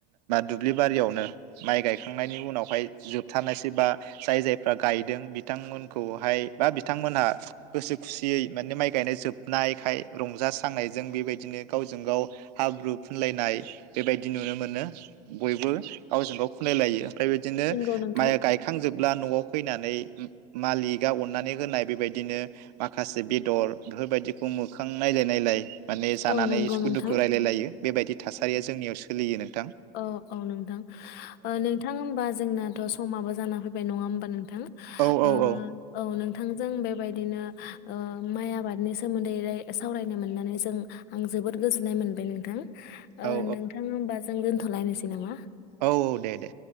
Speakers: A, on the right; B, on the left.
A: दुब्लि बारियावनो माइ गायखांनायनि उनावहाय जोबथारानायसै बा जाय जायफ्रा गायदों बिथांमोनखौहाय बा बिथांमोनहा। गोसो खुसियै माने माइ गायनो जोबनायखाय रंज सांनाय। जों बेबायदिनो गावजों गाव हाब्रु फुनलायनाय बेबायदि नुनो मोनो बयबो गावजों गाव खुनलायलायो। ओमफ्राय बिदिनो
B: नंगौ नोंथां
A: माइ गायखांजोब। ब्ला नआव फैनानै मालिका अननानै होनाय बेबायदिनो माखासे बेदर बेफोरबायदिखौ मोखां नायलाय-नायलाय। माने जानानै
B: औ नंगौ
A: सुखु
B: नोंथां
A: दुखु रायलाय लायो बेबायदि। थासारिया जोंनियाव सलि। बियोनो
B: औ-औ ओ नोंथां-नोंथां होमबा जोंनाथ समाबो जाना फै। बे नडां होनबा नोंथां।
A: औ औ
B: ओं
A: औ
B: ओ औ नों। नोंथांजों बेबायदिनो माइ आबादनि सोमोन्दै सावरायनो मोननानै जों आं जोबोद गोजोननाय मोनबाय नोंथां। ओ
A: औ
B: नोंथां होनबा जों दोनथलायनोसै नामा।
A: औ-औ दे-दे